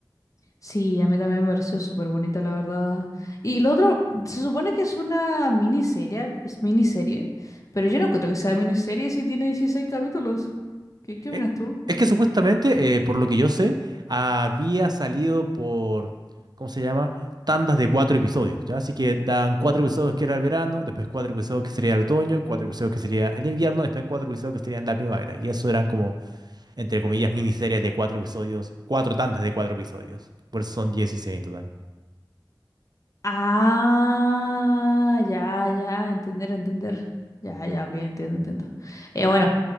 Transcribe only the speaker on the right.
Eh,
Es que supuestamente, eh, por lo que yo sé, había salido por, ¿cómo se llama? Tandas de cuatro episodios, ¿ya? Así que dan cuatro episodios que era el verano, después cuatro episodios que sería el otoño, cuatro episodios que sería el invierno, después cuatro episodios que serían la primavera. Y eso eran como, entre comillas, miniseries de cuatro episodios, cuatro tandas de cuatro episodios. Por eso son 16 en total.